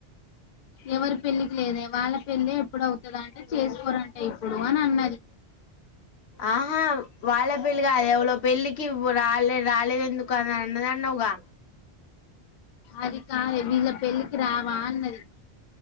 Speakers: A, on the left (about 55°); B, on the left (about 85°).
A: ఎవరి పెళ్లికి లేదే వాళ్ళ పెళ్లి ఎప్పుడువుతుద అంటే చేసి చూరంటే ఇప్పుడు అని అన్నది
B: ఆహా వాళ్ళ పెళ్లి కాదు ఎవలో పెళ్ళికి రాలే రాలేదు ఎందుకు అని అన్నదన్నావగా
A: అది కాదే వీళ్ళ పెళ్ళకి రా వ అన్నది